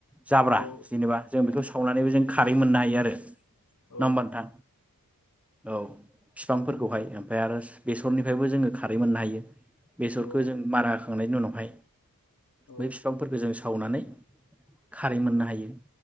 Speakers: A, in the centre; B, on the left.
A: जाब्रा
B: औ
A: जेनेबा जों बेखौ सावनानैबो जों खारै मोननो हायो आरो
B: औ
A: नंङा होमबा औ फिफांफोरखौहाय फाय आरो बेसरनिफ्रायबो जोंङो खारै मोननो हायो। बेसरखौ
B: औ
A: जों मारा हो थांनायनि उनावहाय
B: औ
A: बै बिफांफोरखौ जों सावनानै खारै मोननो हायो